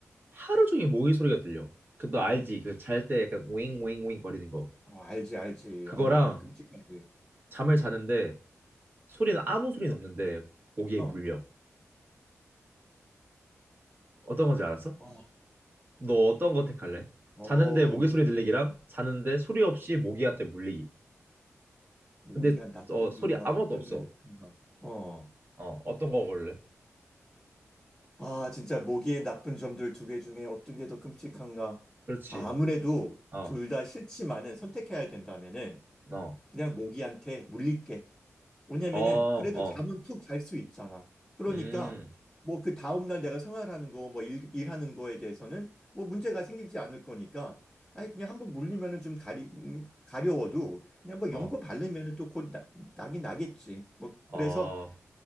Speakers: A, on the right; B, in the centre.
A: 하루 종일 모기 소리가 들려. 그 너 알지? 그 잘 때 약간 윙윙윙 거리는 거.
B: 어, 알지, 알지.
A: 그거랑
B: 어우, 너무 끔찍하지.
A: 잠을 자는데 소리는 아무 소리는 없는데 모기에
B: 어.
A: 물려. 어떤 건지 알았어?
B: 어,
A: 너 어떤 거 택할래?
B: 어우,
A: 자는데 모기 소리 들리기랑 자는데 소리 없이 모기한테 물리기.
B: 모기가
A: 근데
B: 나쁜
A: 어 소리
B: 이유가
A: 아무것도
B: 어떤
A: 없어.
B: 게 더 큰가? 어.
A: 어 어떤 거 고를래?
B: 아, 진짜 모기의 나쁜 점들 두 개 중에 어떤 게 더 끔찍한가?
A: 그렇지.
B: 아, 아무래도
A: 어,
B: 둘 다 싫지만은 선택해야 된다면은
A: 어,
B: 그냥 모기한테 물릴게. 왜냐면은
A: 어,
B: 그래도
A: 어,
B: 잠은 푹 잘 수 있잖아. 그러니까
A: 음,
B: 뭐 그 다음날 내가 생활하는 거, 뭐 일, 일하는 거에 대해서는 뭐 문제가 생기지 않을 거니까 아니 그냥 한번 물리면은 좀 가리 음, 가려워도 그냥 뭐
A: 어,
B: 연고 바르면은 또 곧 나긴 나겠지. 뭐
A: 어,
B: 그래서